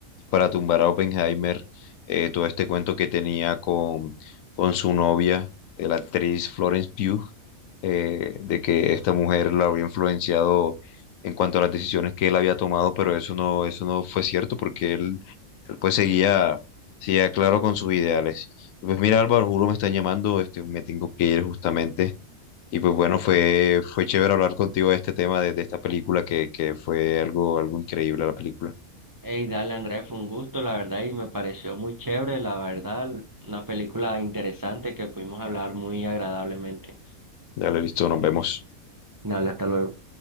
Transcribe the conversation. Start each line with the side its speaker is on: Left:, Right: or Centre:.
Left: para tumbar a Oppenheimer, eh, todo este cuento que tenía con, con su novia, eh, la actriz Florence Pugh, eh, de que esta mujer la había influenciado en cuanto a las decisiones que él había tomado, pero eso no, eso no fue cierto porque él, él, pues seguía, seguía claro con sus ideales. Pues mira, Álvaro, juro me están llamando, este, me tengo que ir justamente. Y pues bueno, fue, fue chévere hablar contigo de este tema, de, de esta película, que, que fue algo, algo increíble la película.
Right: Ey, dale, Andrés, fue un gusto, la verdad, y me pareció muy chévere, la verdad, una película interesante que pudimos hablar muy agradablemente.
Left: Dale, listo, nos vemos.
Right: Dale, hasta luego.